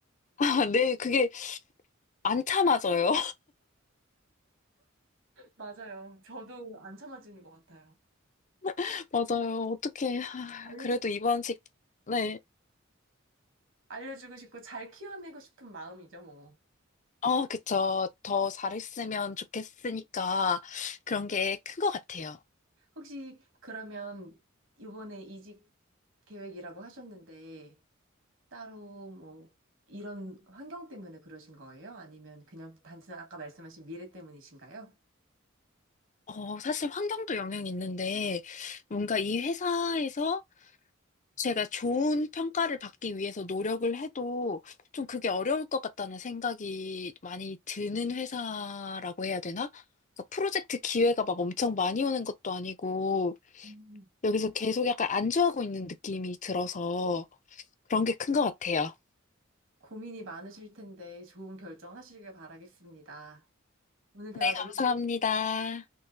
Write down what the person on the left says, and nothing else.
아, 네, 그게 안 참아져요.
<laughs> 맞아요. 어떻게
그래도 이번 직 네.
어, 그쵸. 더 잘했으면 좋겠으니까 그런 게 큰 것 같아요.
어, 사실 환경도 영향이 있는데, 뭔가 이 회사에서 제가 좋은 평가를 받기 위해서 노력을 해도 좀 그게 어려울 것 같다는 생각이 많이 드는 회사라고 해야 되나? 그러니까 프로젝트 기회가 막 엄청 많이 오는 것도 아니고,
여기서 계속 약간 안주하고 있는 느낌이 들어서 그런 게 큰 것 같아요.
네, 감사합니다.